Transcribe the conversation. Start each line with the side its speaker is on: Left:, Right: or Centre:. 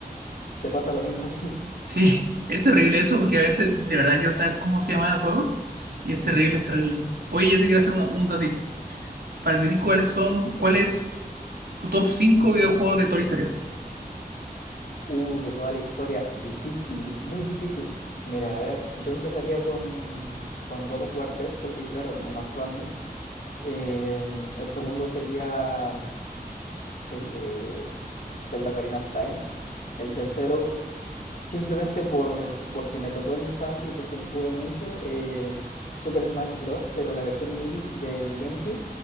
Left: te pasa lo mismo a ti.
Right: Sí, es terrible eso porque a veces de verdad quiero saber cómo se llama el juego y es terrible, es terrible. Oye, yo te quiero hacer una pregunta a ti. Para ti, ¿cuáles son, cuál es Tu top 5 videojuegos de toda la historia.
Left: Uh, de toda la historia, difícil, di- muy difícil. Mira, a ver, yo empezaría con, con God of War tres porque, claro, me marcó a mí. Em, el segundo sería eh, Zelda Ocarina of Time. El tercero, simplemente por, porque me tocó en la infancia y porque lo jugué mucho, eh, Super Smash Bros., pero la versión Melee del GameCube,